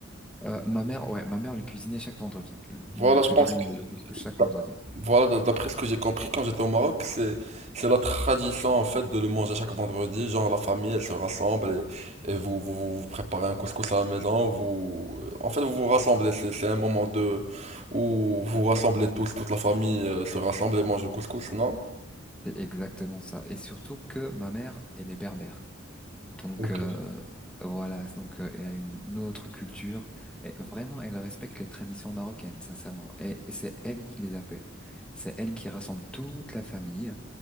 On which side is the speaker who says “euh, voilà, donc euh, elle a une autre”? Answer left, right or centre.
Centre